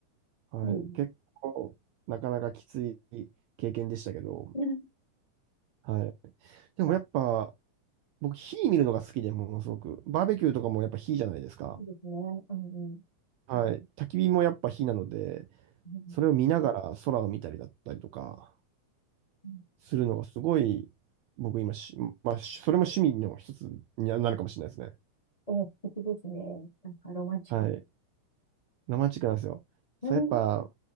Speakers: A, on the right; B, on the left.
A: はい。
B: いいね。
A: 結構、なかなかきつい経験でしたけど、
B: うん
A: はい。でもやっぱ、
B: あ
A: 僕、火見るのが好きで、ものすごく。バーベキューとかもやっぱ火じゃないですか。
B: いいですね。うん、うん。
A: はい。焚き火もやっぱ火なので、
B: うん
A: それを見ながら空を見たりだったりとか、
B: うん
A: するのがすごい、僕今し、まあ、しそれも趣味の一つになるかもしれないですね。
B: お、素敵ですね。なんかロマンチック。
A: はい。ロマンチックなんですよ。そう、
B: うん。
A: やっぱ、